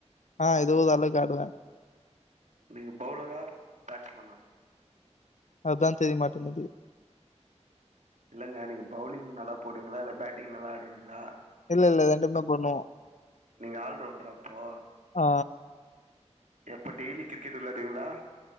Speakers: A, on the left; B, on the right.
A: ஆ, ஏதோ ஓரளவுக்கு ஆடுவே
B: நீ பௌலரா? பேட்ஸ்மேனா?
A: அதுதா தெரியமாட்டுங்குது
B: இல்லங்க, நீங்க பவுலிங் நல்லா போடுவிங்களா? இல்ல பேட்டிங் நல்லா ஆடுவீங்களா?
A: இல்ல இல்ல ரெண்டுமே பண்ணுவோ
B: நீங்க ஆல்ரவுண்ட்ரா அப்போ
A: ஆ
B: எப்ப டெய்லி கிரிக்கெட் விளாடுவிங்ளா